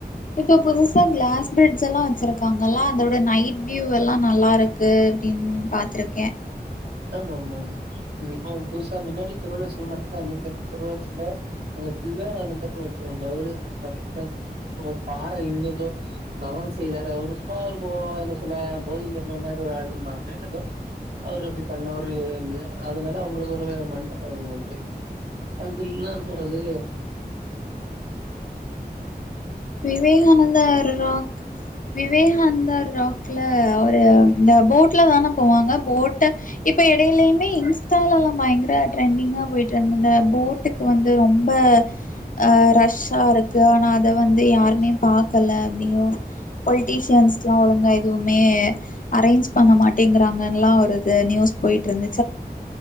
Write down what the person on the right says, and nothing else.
ஆமா ஆமா ஆ இப்போ புதுசா முன்னாடி திருவள்ளுவர் செலமட்டும்தான் அந்து திருவள்ளாச்சல அங்க விவேகானந்தர்னு ஒருத்தர் அவரு கடலு ஒரு பாறை இனதோ தவம் செய்தாரு அவர் சும்மா ஒரு என்ன சொல்ல போதிதர்மர் மாதிரி ஒரு ஆழும்பாங்க அவரு அப்படி பண்ண ஒரு அதனால அவங்களுக்கு ஒரு மண்டபம்ங்க உண்டு அதுல்லாம் போறது
ம்